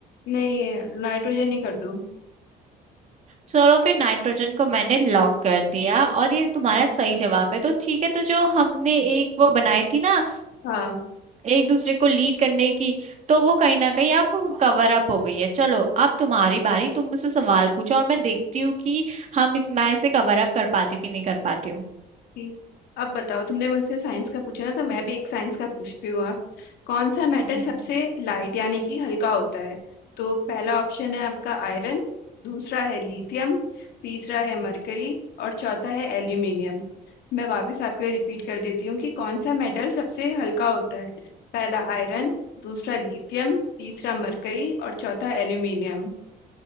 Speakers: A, on the left (about 75°); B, on the right (about 45°).
A: नहीं नाइट्रोजन ही कर दो
B: चलो फिर नाइट्रोजन को मैंने लॉक कर दिया और ये तुम्हारा सही जवाब है तो ठीक है तो जो हमने एक वो बनाई थी ना
A: हाँ
B: एक दूसरे को लीड करने की तो वो कहीं ना कहीं अब कवर अप हो गई है चलो अब तुम्हारी बारी तुम मुझसे सवाल पूछो और मैं देखती हूँ कि हम इस मैं इसे कवर अप कर पाती हूँ कि नहीं कर पाती हूँ
A: ठीक। अब बताओ तुमने मुझसे साइंस का पूछा ना तो मैं भी एक साइंस का पूछती हूँ आप कौन सा मेटल
B: हम्म
A: सबसे लाइट यानी कि हल्का होता है तो पहला ऑप्शन है आपका आयरन दूसरा है लिथियम तीसरा है मरकरी और चौथा है एल्यूमिनियम मैं वापस आपके लिए रिपीट कर देती हूँ कि कौन सा मेटल सबसे हल्का होता है पहला आयरन दूसरा लिथियम तीसरा मरकरी और चौथा एल्यूमिनियम